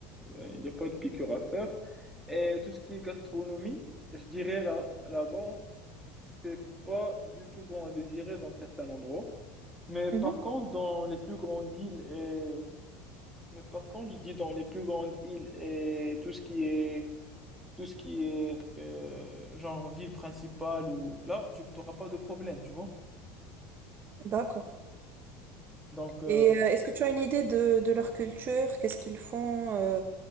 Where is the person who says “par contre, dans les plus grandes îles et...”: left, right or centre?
Centre